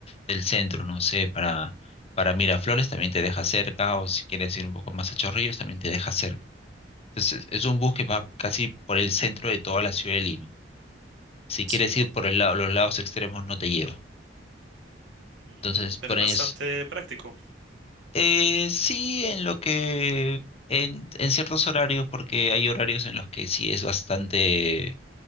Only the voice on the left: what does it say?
del centro, no sé, para, para Miraflores también te deja cerca, o si quieres ir un poco más a Chorrillos también te deja cerca. Entonces, es un bus que va casi por el centro de toda la ciudad de Lima. Si
quieres ir por el lado, los lados extremos, no te lleva.
Entonces, por
ahí es,
Eh, sí, en lo que, en, en ciertos horarios, porque hay horarios en los que sí es bastante,